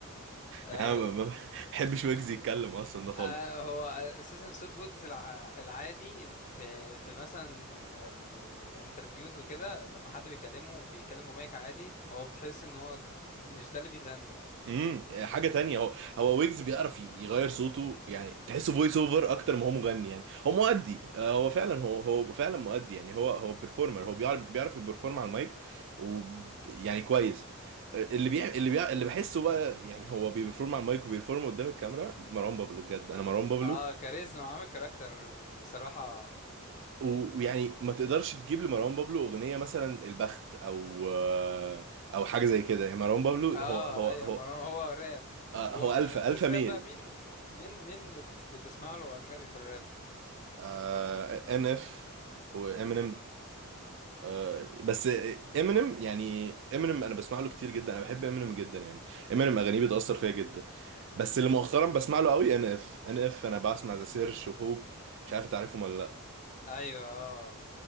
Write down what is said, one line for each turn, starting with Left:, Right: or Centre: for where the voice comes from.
Left: ايوه
Right: انا ما ما- ما بحبش ويجز يتكلم اصلا ده خالص
Left: آه، هو اساسا صوت ويجز الع- العادي في في مثلا الانترفيوز وكده لما حد بيكلمه بيتكلم بمايك عادي هو بتحس ان هو مش ده اللي بيغني
Right: امم حاجه تانية هو هو ويجز بيعرف يغير صوته يعني تحسه فويس اوفر اكتر ما هو مغني يعني هو مؤدي آه، هو فعلا هو هو فعلا مؤدي يعني هو هو بيرفورمر هو بيعرف بيعرف يبرفورم على المايك و يعني كويس آه، اللي بيع... اللي بيع... اللي بحسه بقى يعني هو بيبرفورم على المايك وبيبرفورم قدام الكاميرا مروان بابلو بجد انا مروان بابلو
Left: اه كاريزما عامل كاركتر بصراحة
Right: و- ويعني ما تقدرش تجيب لمروان بابلو اغنيه مثلا البخت او آه، او حاجه زي كده يعني مروان بابلو
Left: اه
Right: هو هو
Left: ايوه
Right: هو
Left: ما هو هو راب
Right: آه
Left: وعلى
Right: هو الفا
Left: سيرة
Right: الفا
Left: الراب
Right: ميل
Left: بقى مين مين مين بت بتسمع له اجنبي في الراب
Right: آه ان اف وامينيم آه بس امينيم يعني امينيم انا بسمع له كتير جدا انا بحب امينيم جدا يعني امينيم اغانيه بتاثر فيا جدا بس اللي مؤخرا بسمع له قوي ان اف ان اف انا بسمع ذا سيرش وهوب مش عارف تعرفهم ولا لا
Left: ايوه اه